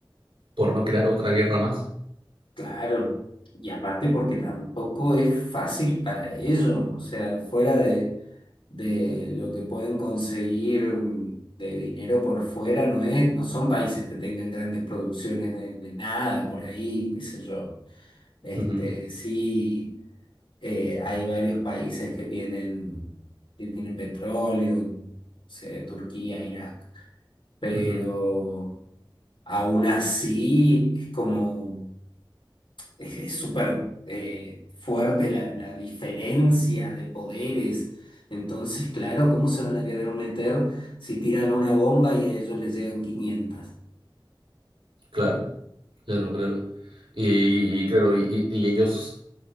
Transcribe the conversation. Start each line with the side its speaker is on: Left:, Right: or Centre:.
Right: Por no crear otra guerra más.
Left: Claro, y aparte porque tampoco es fácil para ellos, o sea, fuera de, de lo que pueden conseguir de dinero por fuera, no es, no son países que tengan grandes producciones de, de nada por ahí, qué sé yo. Este,
Right: Ujú,
Left: sí, eh, hay varios países que tienen, que tienen petróleo, no sé, Turquía, Irak, pero
Right: ujú,
Left: aún así es como es es súper eh, fuerte la, la diferencia de poderes. Entonces, claro, ¿cómo se van a querer meter si tiran una bomba y a ellos les llegan quinientas
Right: Claro, claro, claro. Y, claro, y, claro, y- y ellos